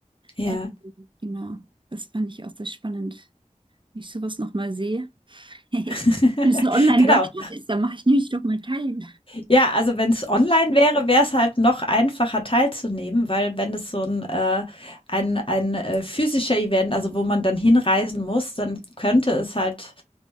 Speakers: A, on the left; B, on the right.
A: Ja.
B: Ähm, genau, das fand ich auch sehr spannend. Wenn ich sowas nochmal sehe, <laughs> wenn
A: <laughs>
B: es ein Online-Workshop
A: Genau.
B: ist, dann mache ich nämlich doch mal teil.
A: Ja, also wenn es online wäre, wäre es halt noch einfacher teilzunehmen, weil wenn es so ein äh ein ein, äh, physischer Event also, wo man dann hinreisen muss, dann könnte es halt